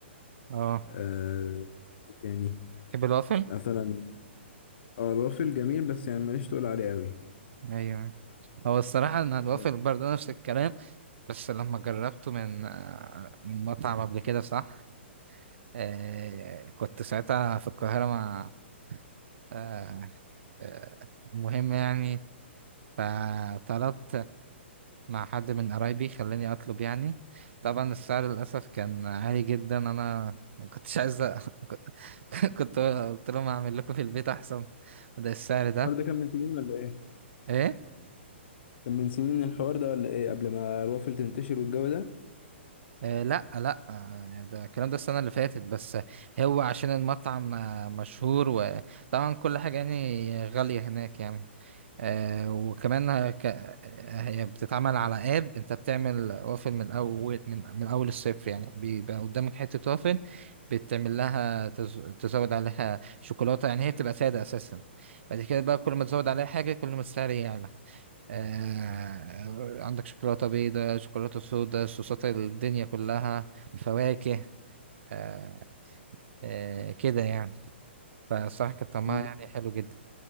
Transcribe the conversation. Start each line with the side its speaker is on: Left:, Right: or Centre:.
Right: اه
Left: آه إيه تاني
Right: تحب الوافل
Left: مثلا اه الوافل جميل بس يعني ماليش تقول عليه قوي
Right: ايوه هو الصراحه ان الوافل
Left: آه،
Right: برضه نفس الكلام بس لما جربته من آه، من مطعم قبل كده صح آه كنت ساعتها في القاهره مع آه آه المهم يعني فطلبت مع حد من قرايبي خلاني اطلب يعني طبعا السعر للاسف كان عالي جدا انا ما كنتش عايز أ- <laughs> كنت قلت لهم اعمل لكم في البيت احسن وده السعر ده
Left: الحوار ده كان من سنين ولا ايه؟
Right: ايه
Left: كان من سنين الحوار ده ولا ايه قبل ما الوافل تنتشر والجو ده
Right: آه لا لا آه يعني ده الكلام ده السنه اللي فاتت بس هو عشان المطعم آه، مشهور وطبعا كل حاجه يعني غاليه هناك يعني آه وكمان هك... هي بتتعمل على اب انت بتعمل وافل من اول من من اول الصفر يعني بيبقى قدامك حتة وافل بتعمل لها تز... تزود عليها شوكولاتة يعني هي بتبقى سادة اساسا بعد كده بقى كل ما تزود عليها حاجة كل ما السعر يعلى آه... عندك شوكولاتة بيضاء شوكولاتة سودا صوصات الدنيا كلها فواكه آه... آه... كده يعني فالصراحة كانت طعمها
Left: مم.
Right: يعني حلو جدا